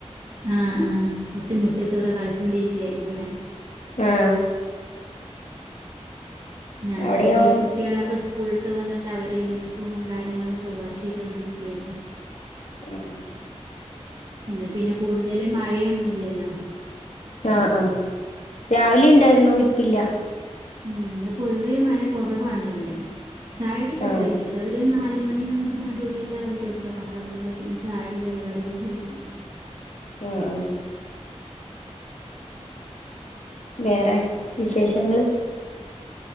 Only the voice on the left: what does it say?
ആഹ
അവിടെയോ
ആഹ ആഹ
ആഹ് ആഹ രാവിലെ ഉണ്ടായിരുന്നു ഇപ്പില്ല
ആ
ആഹ ആ വേറെ വിശേഷങ്ങള്